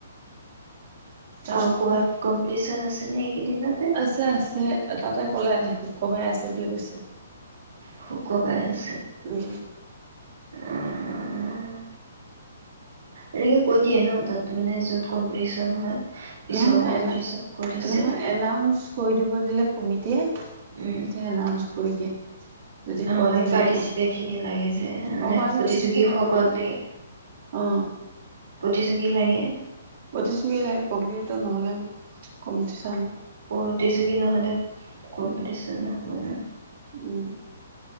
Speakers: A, on the right; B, on the right.
A: তাৰপিছতে
B: আৰু কৰবাত কম্পিটিচন আছেনে এইকেইদিনতে
A: আছে আছে তাতে ক'লে আজি শুক্ৰবাৰে আছে বুলি কৈছে
B: শুক্ৰবাৰে
A: উম
B: উ উ উ এনেকে কৈ দিয়ে ন তাত মানে য'ত কম্পিটিচন হয় পিছৰ
A: নহয়
B: কম্পিটিশ্যন
A: নহয়
B: ক'ত আছে
A: এনা নহয় এনাউন্চ কৰি দিব দিলে কমি টিয়ে,
B: উম
A: তেতিয়া এনাউন্চ কৰি দিয়ে, যদি
B: অ
A: কই
B: এই
A: বোলে।
B: পাৰ্টিচিপেট খিনি লাগে যে মানে
A: অ বাৰু
B: প্ৰতিযোগীসকল
A: <unintelligible> লগে।
B: লাগে
A: অ'।
B: প্ৰতিযোগী লাগে।
A: প্ৰতিযোগী লাগে কম্পিউত নহলে কম্পিটিচন
B: প্ৰতিযোগী নহ'লে কম্পিটিচ
A: উম
B: নহ'ব ন'।
A: উম